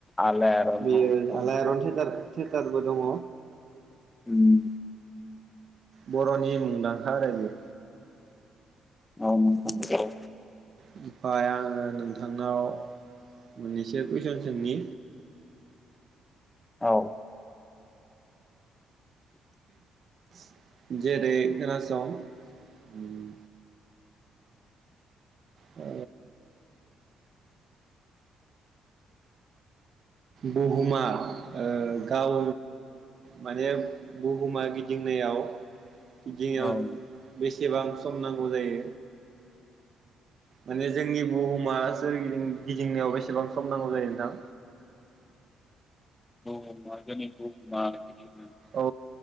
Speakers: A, on the left; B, on the right.
A: आलायारन
B: बेयो
A: औ नोंथां
B: आलायआरन
A: नंगौ
B: थेयाटार थेराटारबो दङ'।
A: उम।
B: बर'नि मुंदांखा रायजो।
A: औ नोंथां औ।
B: ओमफाय आङो नोंथांनाव मोननैसो कुइसन सोंनि।
A: औ।
B: <unintelligible> जेरै खोनासं उम। ओ बुहुमा ओ गाव माने बुहुमा गिदिंनायाव <unintelligible>
A: औ
B: बेस सेबां सम नांगौ जायो माने जोंनि बुहुमा सोरगिदिं गिदिंनायाव बेसेबां सम नांगौ जायो नोंथां?
A: <unintelligible>
B: औ